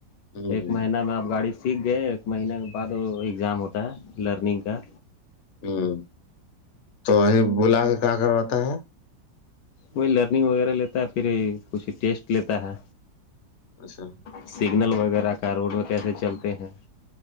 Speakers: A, on the left; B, on the left.
A: ہ
B: ایک مہینہ میں آپ گاڑی سے سیکھ گئے ایک مہینہ کے بعد وہ ایگزام ہوتا ہے لرننگ کا
A: ہوں تو وہیں بلا کے کہ کرواتا ہے
B: وہی لرننگ وغیرہ لیتا ہے پھر کچھ ٹیسٹ لیتا ہے
A: اچھا
B: سگنل وغیرہ کا روڈ میں کیسے چلتے ہیں